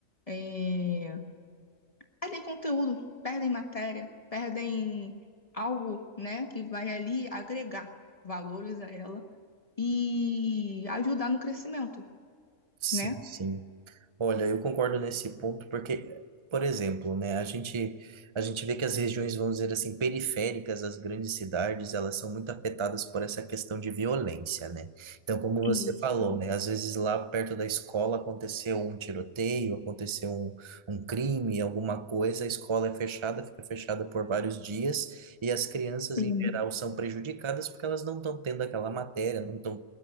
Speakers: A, on the left; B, on the right.
A: é, perdem conteúdo, perdem matéria, perdem algo, né, que vai ali agregar valores a ela e ajudar no crescimento,
B: Sim,
A: né?
B: sim. Olha, eu concordo nesse ponto porque, por exemplo, né, a gente a gente vê que as regiões, vamos dizer assim, periféricas das grandes cidades, elas são muito afetadas por essa questão de violência, né? Então, como você
A: Isso,
B: falou, né, às vezes lá perto da escola aconteceu um tiroteio, aconteceu um, um crime, alguma coisa, a escola é fechada, fica fechada por vários dias. E as crianças,
A: sim.
B: em geral, são prejudicadas porque elas não estão tendo aquela matéria, não, estão